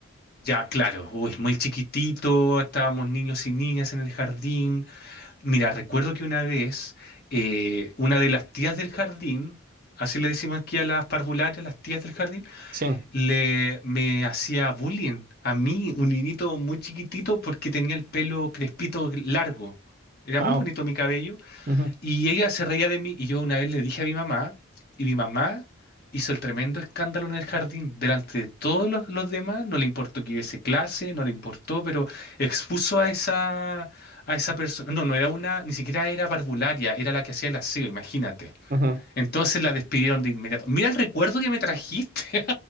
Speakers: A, on the left; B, on the right.
A: Ya, claro. Uy, muy chiquitito. Estábamos niños y niñas en el jardín. Mira, recuerdo que una vez eh, una de las tías del jardín, así le decimos aquí a las parvularias, las tías del jardín,
B: sí.
A: le me hacía bullying a mí, un niñito muy chiquitito, porque tenía el pelo crespito largo. Era
B: Ah,
A: muy bonito
B: ok.
A: mi cabello
B: Ujú,
A: y ella se reía de mí y yo una vez le dije a mi mamá y mi mamá hizo el tremendo escándalo en el jardín. Delante de todos los, los demás, no le importó que hubiese clase, no le importó, pero expuso a esa, a esa persona. No, no era una, ni siquiera era parvularia, era la que hacía el aseo, imagínate.
B: ujú.
A: Entonces la despidieron de inmediato. Mira el recuerdo que me trajiste.